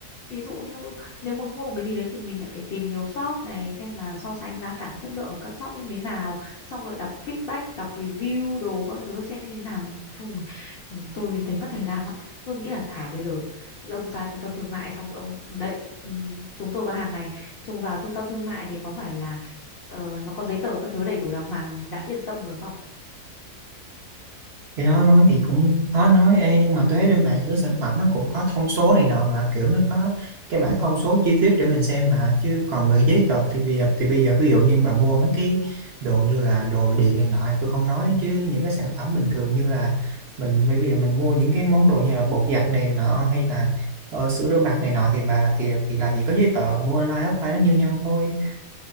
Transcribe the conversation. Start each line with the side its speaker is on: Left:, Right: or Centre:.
Left: ví dụ như nếu muốn mua một cái gì đấy thì mình lại phải tìm nhiều shop này xem là so sánh giá cả chất lượng ở các shop như thế nào xong rồi đọc feedback đọc review đồ các thứ xem như thế nào nói chung ừ, tôi thấy mất thời gian lắm tôi nghĩ là thả bây giờ ông ra trung tâm thương mại xong rồi ông đấy ừ, chúng tôi có hàng này trùng vào trung tâm thương mại thì có phải là ờ, nó có giấy tờ các thứ đầy đủ đàng hoàng là mình đã yên tâm rồi không
Right: cái đó nói thì cũng khó nói Ê, nhưng mà thuế trên mạng những cái sản phẩm nó cũng có thông số này nọ mà kiểu nó có cái bảng thông số chi tiết để mình xem mà chứ còn về giấy tờ thì bây giờ thì bây giờ ví dụ như bà mua mấy cái đồ như là đồ điện này nọ thì tôi không nói chứ những cái sản phẩm bình thường như là mình bây giờ mình mua những cái món đồ như là bột giặt này nọ hay là ờ, sữa rửa mặt này nọ thì bà là thì thì làm gì có giấy tờ mua online offline nó như nhau thôi